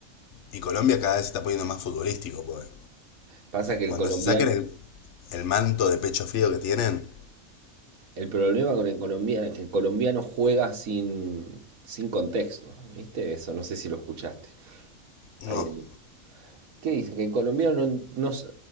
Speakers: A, on the left; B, on the right.
A: y Colombia cada vez se está poniendo más futbolístico, pues.
B: Pasa que el
A: Cuando
B: colombiano,
A: se saquen el, el manto de pecho frío que tienen.
B: el problema con el colombiano es que el colombiano juega sin, sin contexto, ¿viste? Eso no sé si lo escuchaste.
A: No,
B: Ahí el- ¿qué dicen? Que el colombiano no, no s-